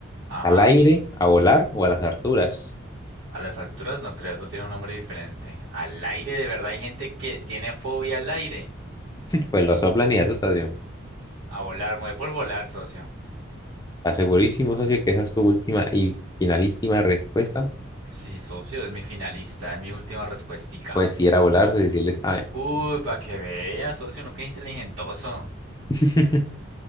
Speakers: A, on the right; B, on the left.
A: Ajá.
B: ¿Al aire, a volar o a las alturas?
A: A las alturas no creo, eso tiene un nombre diferente. Al aire, de verdad, hay gente que tiene fobia al aire.
B: Pues lo soplan y asustan, tío.
A: A volar, mueve por volar, socio.
B: Está segurísimo, socio, que esa es su última y finalísima respuesta.
A: Sí, socio, es mi finalista, es mi última respuestica.
B: Pues si era volar, socio, si él le sabe.
A: Uy, para que vea, socio, no que es inteligentoso.
B: <laughs>